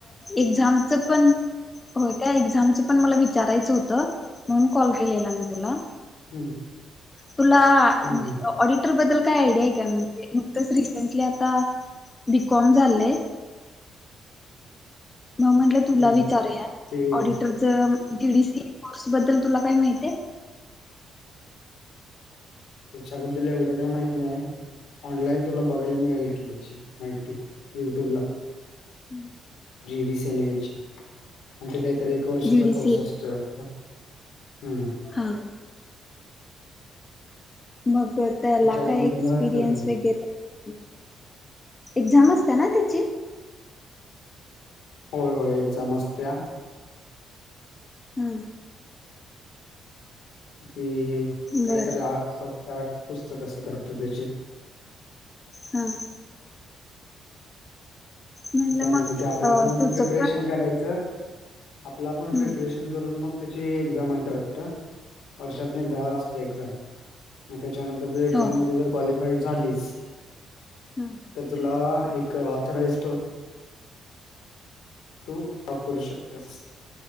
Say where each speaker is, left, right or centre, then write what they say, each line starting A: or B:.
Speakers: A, on the left; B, on the left.
A: एक्झामच पण होय काय, एक्झामचं पण मला विचारायचं होतं म्हणून कॉल केलेला मी तुला.
B: हम्म
A: तुला
B: हम्म हम्म
A: ऑडिट बद्दल काय आयडिया आहे का म्हणजे न रिसेंटली आता बीकॉम झालंय मग म्हंटलं तुला
B: हम्म
A: विचारूया
B: ते
A: ऑडिट जीडीसी कोर्स बद्दल तुला काय माहितीय?
B: त्याच्याबद्दल एवढं काय माहित नाही ऑनलाइन तुला बघायला मिळेल की त्याची. माहिती युट्यूब ला.
A: हम् <unintelligible>
B: जीडीसीएन एच आणि ते काहीतरी एक वर्षाचा
A: जीडीसी
B: कोर्स असतोय वाटत. हम्म.
A: हा मग त्याला
B: त्याच्यावरन
A: काय एक्सपिरियन्स
B: तुला हे करता येईल.
A: वगैरे, एक्झाम असते ना त्याची?
B: होय होय एक्झाम असतीया.
A: हम्म.
B: किती काहीतरी
A: बर
B: आठ सात काहीतरी पुस्तक असत्यात त्याचे.
A: हा. म्हणलं
B: त्यानंतर
A: मग
B: ते आपला
A: अ
B: पण
A: तुझं
B: प्रिपरेशन
A: पण
B: करायचं. आपल्या आपण प्रिपरेशन
A: हम्
B: करून मग त्याची एक्झाम आहे वाटत. वर्षातून एकदा हा असते एक्झाम मग त्याच्यानंतर तू एक्झाम
A: हो
B: मध्ये जर क्वालिफाय झालीस
A: हम्म.
B: तर तुला एक ऑथराइजट तू अप करू शकतेस